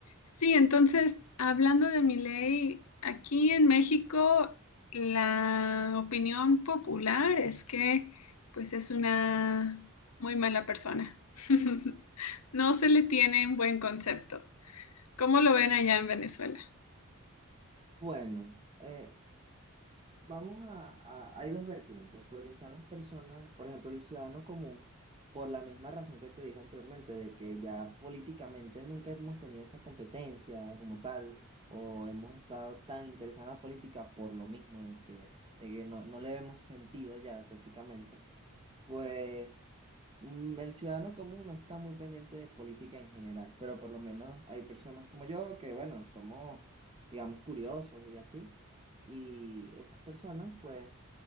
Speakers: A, on the left (about 80°); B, on the right (about 25°).
A: Sí, entonces, hablando de mi ley, aquí en México la opinión popular es que pues es una muy mala persona. <laughs> No se le tiene un buen concepto. ¿Cómo lo ven allá en Venezuela?
B: Bueno, eh, vamos a, a- hay dos vertientes, porque están las personas, por ejemplo, el ciudadano común, por la misma razón que te dije anteriormente, de que ya políticamente nunca hemos tenido esa competencia como tal, o hemos estado tan interesados en la política por lo mismo, de que, de que no, no le vemos sentido ya prácticamente. Pues mm, El ciudadano común no está muy pendiente de política en general, pero por lo menos hay personas como yo que, bueno, somos, digamos, curiosos y así. Y esas personas, pues,